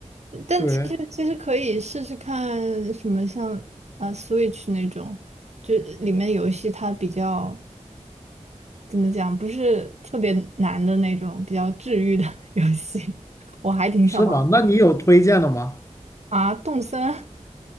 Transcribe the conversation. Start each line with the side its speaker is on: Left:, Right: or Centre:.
Right: 但其实其实可以试试看什么像啊呃
Left: 对，
Right: Switch 那种，就里面游戏它比较怎么讲，不是特别难的那种，比较治愈的 <laughs> 游戏，我还挺想玩
Left: 是吗？那你有推荐的吗？
Right: 啊。动森，